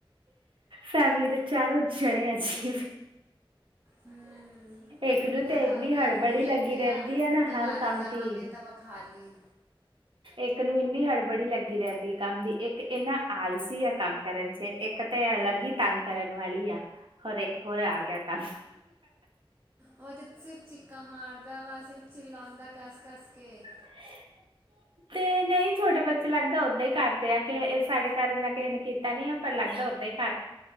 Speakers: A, on the right; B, on the right.
A: ਫੈਮਿਲੀ ਦੇ ਚਾਰੋਂ ਜਣੇ ਆ ਜੀ
B: ਹਮ
A: ਇੱਕ ਨੂੰ
B: ਫੇਿਰ
A: ਤੇ
B: ਆ
A: ਇੰਨੀ
B: ਗਏ
A: ਹੜਬੜੀ
B: ਹੁਣ ਕਹਿੰਦੀ
A: ਲੱਗੀ ਰਹਿੰਦੀ
B: ਆ
A: ਹੈ ਨਾ
B: ਦੁਬਾਰਾ
A: ਹਰ ਕੰਮ
B: ਜਾਵਾਂਗੇ
A: ਦੀ
B: ਤਾਂ ਵਿਖਾੀ
A: ਇੱਕ ਨੂੰ ਇੰਨੀ ਹੜਬੜੀ ਲੱਗੀ ਰਹਿੰਦੀ ਕੰਮ ਦੀ ਇੱਕ ਇੰਨਾ ਆਲਸੀ ਆ ਕੰਮ ਕਰਨ ਚ ਇੱਕ ਤੇ ਅਲੱਗ ਹੀ ਤੰਗ ਕਰਨ ਵਾਲੀ ਆ ਹਰੇਕ ਹੋਰ ਆ ਗਿਆ ਤ
B: ਉਹ ਤੇ ਸਿਰਫ ਚਿੱਕਾ ਮਾਰਦਾ ਵਾ ਸਿਰਫ ਚਿੱਲਾਉਂਦਾ ਕੱਸ ਕੱਸ ਕੇ
A: <unintelligible> ਤੇ ਨਹੀਂ ਛੋਟੇ ਬੱਚੇ ਲੱਗਦਾ ਓਦਾਂ ਹੀ ਕਰਦੇ ਆ ਸਾਡੇ ਘਰ ਉਹਨਾ ਕਿਸੇ ਨੇ ਕੀਤਾ ਨੀ ਆ ਪਰ ਲੱਗਦਾ ਓਹਦਾ ਈ